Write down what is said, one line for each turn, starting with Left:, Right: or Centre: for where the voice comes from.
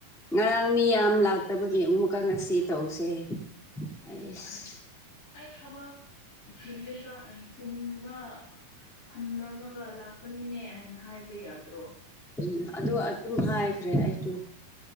Centre: ꯉꯔꯥꯡ ꯃꯤ ꯌꯥꯝ ꯂꯥꯛꯇꯕꯒꯤ ꯑꯃꯨꯛꯀ ꯉꯁꯤ ꯇꯧꯁꯦ ꯑꯩꯁ
Left: ꯑꯁ ꯑꯩ ꯊꯕꯛ ꯆꯜꯂꯤ ꯁꯤꯟꯕ ꯊꯝꯂꯝꯃꯒ ꯂꯥꯛꯄꯅꯤꯅꯦ ꯍꯥꯏꯅ ꯍꯥꯏꯕ ꯌꯥꯗ꯭ꯔꯣ
Centre: ꯎꯝ ꯑꯗꯨ ꯑꯗꯨꯝ ꯍꯥꯏꯈ꯭ꯔꯦ ꯑꯩꯁꯨ